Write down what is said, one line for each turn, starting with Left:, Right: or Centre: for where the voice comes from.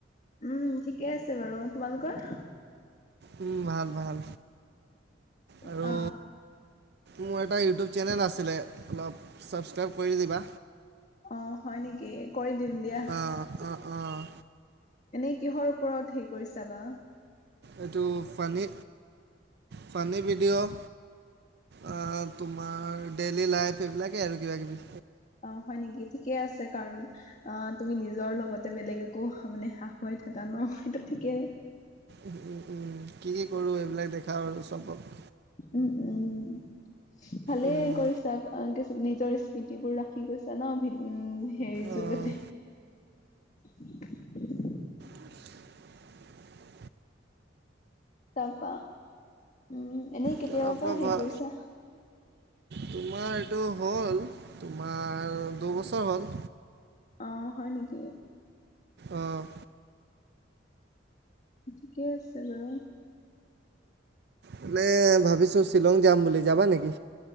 Left: উম ঠিকে আছে বাৰু তোমালোকৰ
Right: উম ভাল ভাল আৰু
Left: অ
Right: মোৰ এটা ইউটিউব চেনেল আছিলে অলপ ছাবস্ক্ৰাইব কৰি দিবা
Left: অ হয় নিকি কৰি দিম দিয়া।
Right: অ' অ' অ'
Left: এনেই কিহৰ ওপৰত হেৰি কৰিছা বা।
Right: এইটো ফানী ফানী ভিডিঅ' অ তোমাৰ ডেইলি লাইফ এইবিলাকে আৰু কিবা কিবি।
Left: অ হয় নিকি ঠিকে আছে কাৰণ অ তুমি নিজৰ লগত বেলেগ একো মানে হাহুৱাই থাকা ন সেইটো ঠিকেই।
Right: উম উম কি কি কৰো এইবিলাক দেখাও আৰু চবক।
Left: উম উম ভালেই
Right: উম,
Left: কৰিছা কিছু নিজৰ স্মিতিবোৰ ৰাখি গৈছা ন উম হেৰি
Right: অ'
Left: যোগেতে। <unintelligible>
Right: <inaudible>
Left: তাপা উম এনেই কেতিয়াবা
Right: তাৰপৰা
Left: পা হেৰি কৰিছা?
Right: তোমাৰ এইটো হ'ল, তোমাৰ দুবছৰ হ'ল।
Left: অহ হয় নেকি।
Right: অ'।
Left: ঠিকে আছে বাৰু।
Right: মানে ভাবিছো শ্বিলং যাম বুলি, যাবা নেকি?